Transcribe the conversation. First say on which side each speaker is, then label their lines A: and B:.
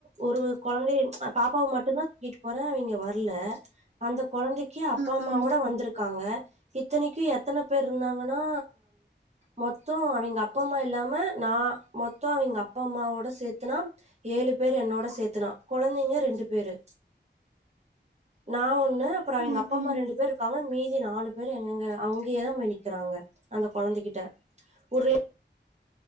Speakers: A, on the right; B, on the right.
A: ஒரு கொழந்தைய பாப்பாவ மட்டுந்தா தூக்கிட்டு போற அவிங்க வ ல்ல அந்த கொழந்தைக்கு அப்பா
B: ம்,
A: அம்மா
B: ம்.
A: வோட வந்துரு க்காங்க இத்னைக்கு எத்தன பேர் இருந்தாங்கன்னா மொத்தோ அவிங்க அப்பா, அம்மா இல்லாம நா மொத்தோ அவிங்க அப்பா, அம்மாவோட சேத்துனா ஏழு பேரு என்னோட சேத்துனா கொழந்தைங்க ரெண்டு பேரு நா ஒண்ணு அப்றோ அவிங்க
B: ம்,
A: அப்பா,
B: ம்.
A: அம்மா ரெண்டு பேரு காங்க மீதி நாலு பேர் எங்கங்க அங்கேயே தா போய் நிக்கறாங்க அந்த கொழந்தகிட்ட ஒரே